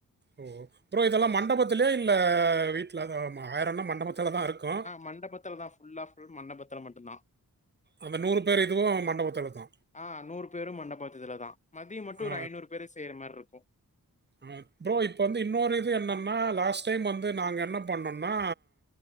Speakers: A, on the right; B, on the left.
A: ஓ ப்ரோ இதெல்லா மண்டபத்திலயே இல்ல வீட்டில தா மா வேற என்ன மண்டபத்தில தா இருக்கு
B: மண்டபத்தில தா ஃப் ஃபுல்லா ஃபுல் மண்டபத்துல மட்டுந்தா
A: அந்த நூறு பேர் இதுவு மண்டபத்தில தா
B: ஆ நூறு பேரு மண்டபத்திதுல தா மதியோ மட்டு
A: ஆ
B: ஒரு ஐநூறு பேரு செய்யற மார் ருக்கு
A: ம் ப்ரோ இப்போ வந்து இன்னொரு இது என்னன்னா லாஸ்ட் டைம் வந்து நாங்க என்ன பண்ணன்னா